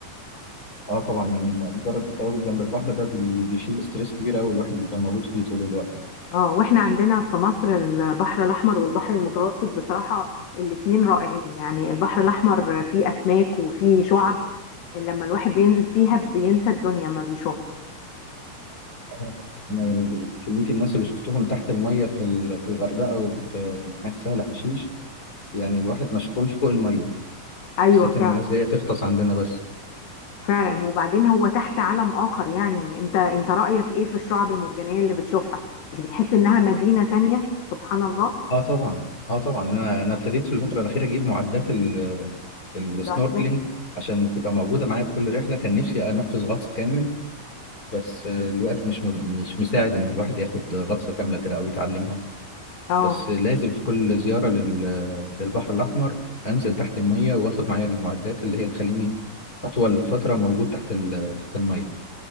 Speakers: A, on the left; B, on the left.
A: اه طبعا يعني مجرد التواجد جنب البحر ده بي- بيشيل ستريس كبير قوي الواحد بيبقى موجود فيه طول الوقت
B: اه واحنا عندنا في مصر البحر الاحمر والبحر المتوسط بصراحه الاتنين رائعين يعني البحر الاحمر فيه اسماك وفيه شعب لما الواحد بينزل فيها بينسى الدنيا ما بيشوفها
A: آه، انا يعني كميه الناس اللي شفتهم تحت الميه في ال- في الغردقه وفي ناحيه سهل حشيش يعني الواحد ما شافهمش فوق الميه
B: ايوه
A: حسيت
B: فعلا
A: ان الناس جايه تغطس عندنا بس
B: فعلا وبعدين هو تحت عالم اخر يعني انت انت رايك ايه في الشعب المرجانيه اللي بتشوفها مش بتحس انها مدينه تانية سبحان الله
A: اه طبعا اه طبعا يعني انا انا ابتديت في الفتره الاخيره اجيب معدات ال- السنوركلينج
B: دايفنج
A: عشان تبقى موجوده معايا في كل رحله كان نفسي انفذ غطس كامل بس آه، الوقت مش مد- مش مساعد ان الواحد ياخد غطسه كامله كده او يتعلمها
B: اه
A: بس لازم في كل زيارة لل... للبحر الأحمر أنزل تحت المية وآخد معايا المعدات اللي هي تخليني أطول فترة موجود تحت ال... تحت المية